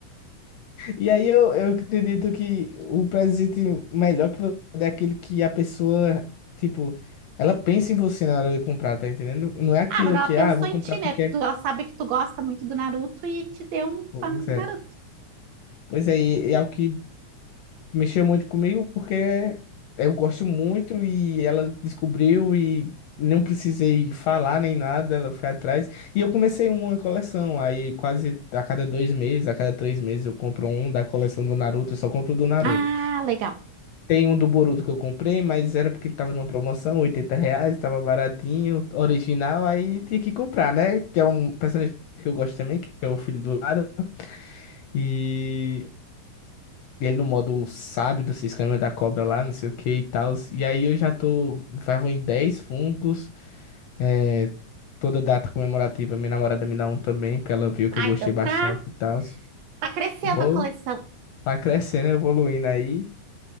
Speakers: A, on the left (about 75°); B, on the right (about 70°).
A: E aí eu, eu acredito que o presente melhor que você dá é aquele que a pessoa, tipo, ela pensa em você na hora de comprar, tá entendendo? Não é aquilo
B: Ah, mas ela
A: que,
B: pensou
A: ah, eu vou
B: em
A: comprar
B: ti,
A: porque.
B: né? Porque
A: é-
B: tu- ela sabe que tu gosta muito do Naruto e te deu um
A: Pois
B: Funko do
A: é.
B: Naruto.
A: Pois é, e é o que mexeu muito comigo porque eu gosto muito e ela descobriu e não precisei falar nem nada, ela foi atrás. E eu comecei uma coleção, aí quase a cada dois meses, a cada três meses eu compro um da coleção do Naruto, eu só compro do Naruto.
B: Ah, legal.
A: Tem um do Boruto que eu comprei, mas era porque ele tava numa promoção, 80 reais, tava baratinho, original, aí tinha que comprar, né? Que é um personagem que eu gosto também, que é o filho do Naruto. E e ele no modo sábio dos seis caminhos da cobra lá, não sei o que e tal. E aí eu já tô. Já Vou em 10 funcos. É, toda data comemorativa, minha namorada me dá um também, porque ela viu que
B: Ah,
A: eu gostei
B: então
A: bastante
B: tá,
A: e tal.
B: tá crescendo
A: Vou
B: a coleção.
A: tá crescendo, evoluindo aí.